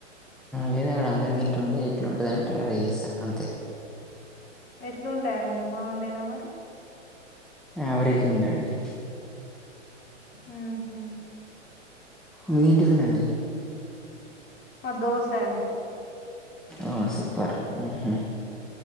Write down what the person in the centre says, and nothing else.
లేదు అక్కడ అందరు తింటుంటె ఎట్లుంటుంది అని ట్రై చేశా అంతే
యావరేజ్ ఉండే అండి
మీదెం టిఫిన్ అండి?
ఆ సూపర్ ఉహు